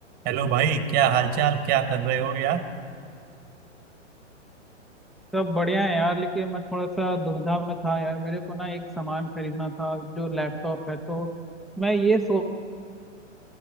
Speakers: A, on the right (about 25°); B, in the centre.
A: हेलो भाई क्या हालचाल क्या कर रहे हो यार
B: सब बढ़िया है यार लेकिन मैं थोड़ा सा दुविधा में था यार मेरे को ना एक सामान खरीदना था जो लैपटॉप है तो मैं ये सोच